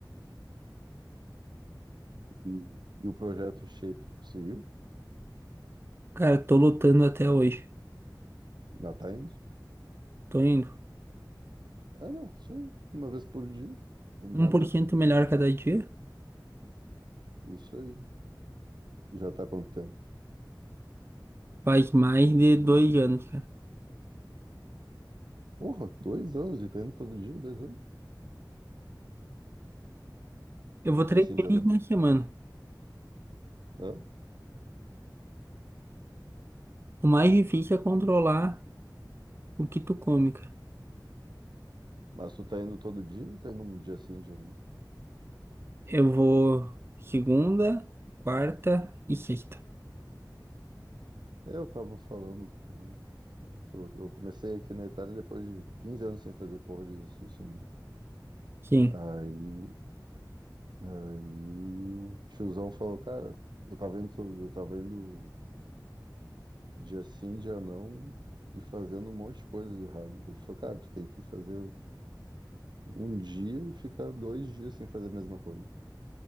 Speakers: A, on the right (about 70°); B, on the right (about 30°).
A: E, e o projeto Shape tu conseguiu?
B: Cara, tô lutando até hoje.
A: Já tá indo?
B: Tô indo.
A: Ah, não, isso aí. Uma vez por dia. Não mais
B: um por
A: nada.
B: cento melhor cada dia.
A: Isso aí. Já tá há quanto tempo?
B: Faz mais de dois anos, cara.
A: Porra, dois anos e tá indo todo dia, dois anos.
B: Eu vou
A: Um
B: três
A: dia sim, um dia
B: vezes
A: não.
B: na semana.
A: Hã?
B: O mais difícil é controlar O que tu come, cara?
A: Mas tu tá indo todo dia ou tá indo um dia sim, um dia não?
B: Eu vou segunda, quarta e sexta.
A: É, Eu tava falando com. Eu, eu comecei aqui na Itália depois de 15 anos sem fazer porra de exercício, né?
B: Sim.
A: Aí Aí o tiozão falou, cara, eu tava indo, todo- eu tava indo dia sim, dia não, e fazendo um monte de coisa de errado. Ele falou, cara, tu tem que fazer um dia e ficar dois dias sem fazer a mesma coisa.